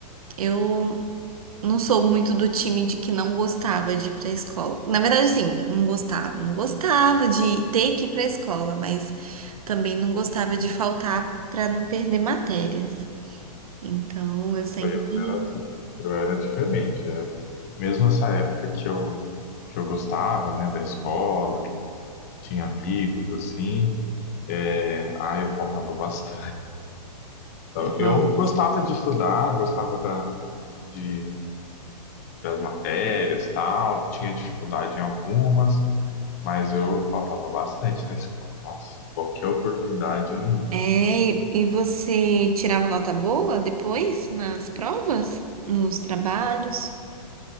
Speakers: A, on the right; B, on the left.
A: eu não sou muito do time de que não gostava de ir para a escola. Na verdade, assim, não gostava, não gostava de ter que ir para a escola, mas também não gostava de faltar para não perder matérias. Então eu sempre
B: Isso aí Eu era, eu era diferente. é. Mesmo essa época que eu, que eu gostava, né, da escola, tinha amigos, assim, é, ah, eu faltava bastante. Então, Eu
A: Ó.
B: gostava de estudar, gostava da, de, das matérias, tal, tinha dificuldade em algumas, mas eu faltava bastante na escola. Nossa, qualquer oportunidade eu não ia.
A: É, e e você tirava nota boa depois nas provas, nos trabalhos?